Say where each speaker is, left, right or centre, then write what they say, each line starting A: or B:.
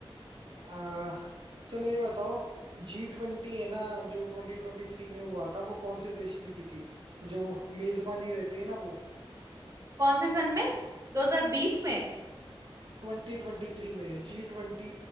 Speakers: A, on the right; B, on the right.
A: आ, चलो ये बताओ जी ट्वेंटी है ना जो ट्वेंटी ट्वेंटी थ्री में हुआ था वो कौन से देश ने की थी जो मेजबानी रहती है ना वो
B: कौन से सन में 2020 में
A: ट्वेंटी ट्वेंटी थ्री में जी ट्वेंटी